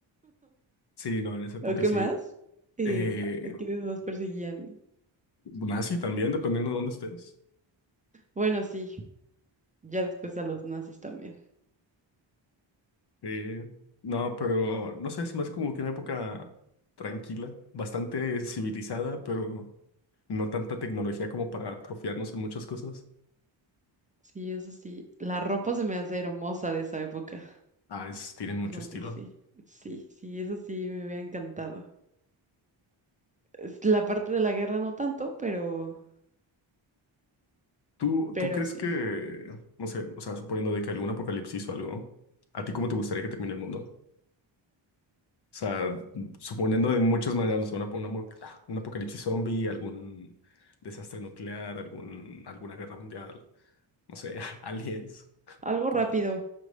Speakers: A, on the left; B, on the right.
A: Sí, no, en esa época
B: ¿O qué
A: sí.
B: más? Eh,
A: Eh,
B: ¿a quiénes más perseguían?
A: nazi también, dependiendo de dónde estés.
B: Bueno, sí, ya después a los nazis también.
A: Eh, no, pero no sé, se me hace como que una época tranquila, bastante civilizada, pero no tanta tecnología como para atrofiarnos en muchas cosas.
B: Sí, eso sí. La ropa se me hace hermosa de esa época.
A: Ah, es- tienen mucho
B: Y como
A: estilo.
B: que sí, sí, sí, eso sí me hubiera encantado. Es La parte de la guerra no tanto, pero,
A: ¿Tú,
B: pero
A: tú crees
B: sí.
A: que, no sé, o sea, suponiendo de que algún apocalipsis o algo, ¿a ti cómo te gustaría que termine el mundo? O sea, suponiendo de muchas maneras, no sé, una- una mo- un apocalipsis zombie, algún desastre nuclear, algún, alguna guerra mundial, no sé, <laughs> aliens,
B: Algo
A: como
B: rápido,